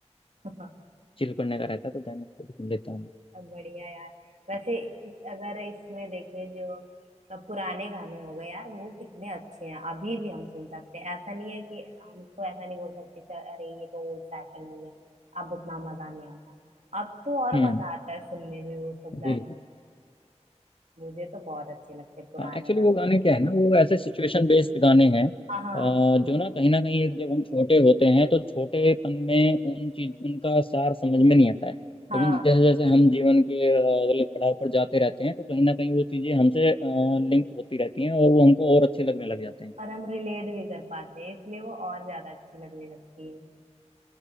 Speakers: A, on the right; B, on the left.
A: <laughs>
B: चिल करने का रहता है तो देन उसको भी सुन लेता हूँ मैं।
A: सब बढ़िया यार वैसे इस- अगर इसमें देखें जो अब पुराने गाने हो गए यार वो कितने अच्छे हैं अभी भी हम सुन सकते हैं ऐसा नहीं है कि हम उसको ऐसा नहीं बोल सकते कि अरे ये तो ओल्ड फैशन हो गया अब उतना मजा नहीं आता अब तो और
B: हम्म
A: मजा आता है सुनने में वो सब गाने
B: बिल्कुल
A: मुझे तो बहुत अच्छे लगते हैं पुराने
B: हाँ एक्चुअली
A: गाने
B: वो गाने क्या है ना वो ऐसे सिचुएशन बेस्ड गाने हैं अ,
A: हाँ हाँ
B: जो ना कहीं ना कहीं एक जब हम छोटे होते हैं तो छोटेपन में उन चीज उनका सार समझ में नहीं आता है
A: हाँ
B: लेकिन जैसे जैसे हम जीवन के अ, अगले पड़ाव पर जाते रहते हैं तो कहीं ना कहीं वो चीजें हमसे लिंक होती रहती हैं और वो हमको और अच्छे लगने लग जाते हैं
A: और हम रिलेट भी कर पाते हैं इसलिए वो और ज्यादा अच्छी लगने लगती है